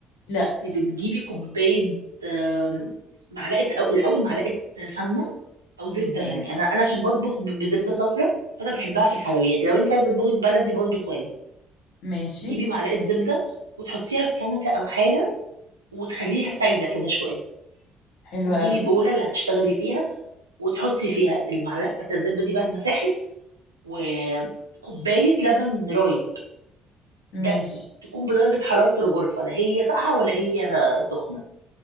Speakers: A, on the left; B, on the right.
A: لا
B: بصي بتجيبي كوبايه آم، معلقه او الاول معلقه سمنه او زبده
A: تمام
B: يعني انا انا عشان بطبخ ب- بزبده صفراء فانا بحبها في الحلويات لو انت عايزه تطبخي بلدي برضو كويس
A: ماشي
B: تجيبي معلقه زبده وتحطيها في كنكه او حاجه وتخليها سايله كده شويه
A: حلو
B: وتجيبي
A: قوي
B: بوله اللي هتشتغلي فيها وتحطي فيها المعلقه بتاعت الزبده دي بعد ما ساحت وكوباية لبن رايب ده
A: ماشي
B: تكون بدرجة حرارة الغرفة لا هي ساقعة ولا هي سخنة